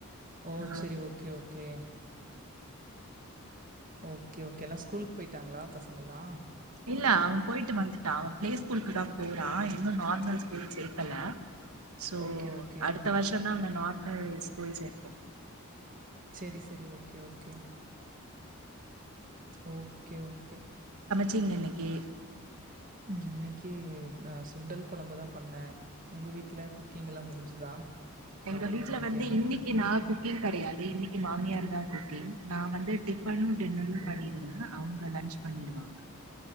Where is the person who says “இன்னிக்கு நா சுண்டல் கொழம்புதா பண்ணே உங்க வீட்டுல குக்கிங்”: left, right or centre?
Right